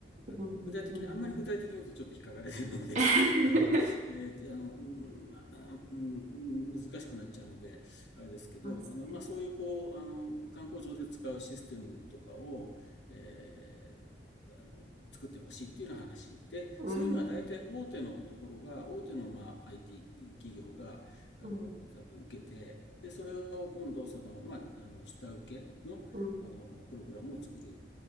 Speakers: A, on the left; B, on the right.
A: あの、
B: うん。
A: 具体的に、
B: うん。
A: あんまり具体的に言うとちょっと引っかかれてるので
B: うん <laughs>
A: <laughs>、あの、えーあの、うんまあうん難しくなっちゃうので、あれですけど、
B: そうですね。
A: あの、まあ、そういうこう、あの、観光庁で使うシステムとかを、えーあの、作ってほしいっていうような話。で、
B: うん。
A: そういうのは大体大手のところが、大手のまあ IT 企業が、あの、
B: うん。
A: また受けて、で、それを今度、その、まあ、あの、下請けの、
B: うん。
A: あのプログラムを作る